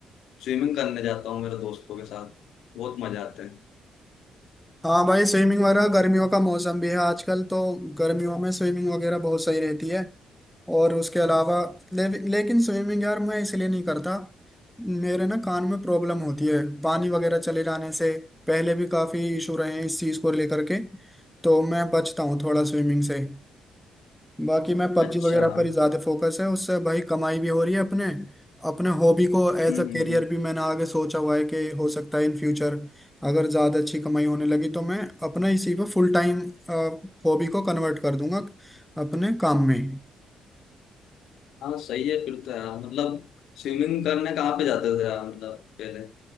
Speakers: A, on the left; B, in the centre.
A: स्विमिंग करने जाता हूँ मेरे दोस्तों के साथ बहुत मजा आता है
B: हाँ भाई स्विमिंग वगैरह गर्मियों का मौसम भी है आजकल तो गर्मियों में स्विमिंग वगैरह बहुत सही रहती है और उसके अलावा ले, लेकिन स्विमिंग यार मैं इसलिए नहीं करता मेरे ना कान में प्रॉब्लम होती है पानी वगैरह चले जाने से पहले भी काफी इशू रहे हैं इस चीज को लेकर के तो मैं बचता हूँ थोड़ा स्विमिंग से बाकी मैं पबजी
A: अच्छा
B: वगैरह
A: हम्म
B: पर ही ज्यादा फोकस है उससे भाई कमाई भी हो रही है अपने अपने हॉबी को एज
A: हम्म।
B: अ करियर भी मैंने आगे सोचा हुआ है कि हो सकता है इन फ्यूचर अगर ज्यादा अच्छी कमाई होने लगी तो मैं अपना इसी पे फुल टाइम हॉबी को कन्वर्ट कर दूंगा अपने काम में
A: हाँ सही है फिर तो यार मतलब स्विमिंग करने कहाँ पे जाते थे यार मतलब पहले